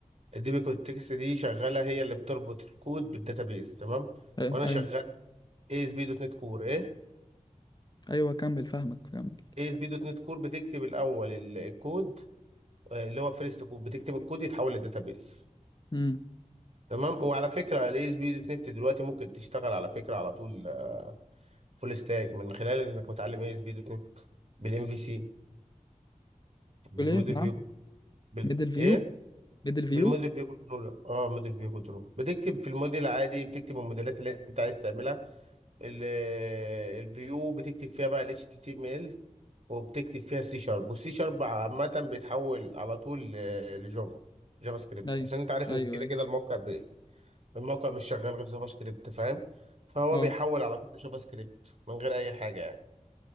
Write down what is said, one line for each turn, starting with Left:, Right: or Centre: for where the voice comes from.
Right: الدي بي كونتكست دي شغاله هي اللي بتربط الكود بالداتابيس تمام
Left: ايه
Right: وانا
Left: ايوه
Right: شغال اي اس بي دوت نت كور ايه
Left: ايوه كمل فاهمك كمل
Right: اي اس بي دوت نت كور بتكتب الاول ال- الكود آه، اللي هو فيرست كود بتكتب الكود يتحول للداتابيس
Left: امم
Right: تمام وعلى فكره الاي اس بي دوت نت دلوقتي ممكن تشتغل على فكره على طول فول ستاك من خلال انك متعلم اي اس بي دوت نت بالام في سي بالموديل
Left: تقول ايه نعم
Right: فيو بال...
Left: ميدل فيو
Right: ايه
Left: ميدل فيو
Right: بالموديل فيو كنترول اه موديل فيو كنترول بتكتب في الموديل عادي بتكتب الموديلات اللي انت عايز تعملها ال- الفيو بتكتب فيها بقى ال HTML وبتكتب فيها سي شارب والسي شارب عامة بيتحول على طول ل- لجافا جافا سكريبت
Left: ايوه
Right: عشان انت عارف
Left: ايوه
Right: ان كده
Left: ايوه
Right: كده الموقع ب... الموقع مش شغال غير جافا سكريبت فاهم فهو
Left: اه
Right: بيحول على طول لجافا سكريبت من غير اي حاجة يعني